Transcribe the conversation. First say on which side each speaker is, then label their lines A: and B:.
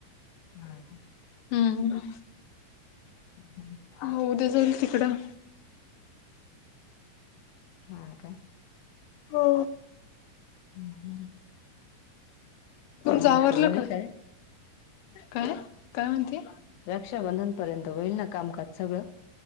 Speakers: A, on the left (about 70°); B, on the left (about 85°).
A: हा का.
B: हम्
A: ह ह
B: हो, उद्या जाईल तिकडं.
A: हा का.
B: हो.
A: हम्म हम्म,
B: तुमचं आवरलं
A: <inaudible> होय
B: का
A: काय.
B: काय काय म्हणते
A: रक्षाबंधन पर्यंत, होईल ना कामकाज सगळं.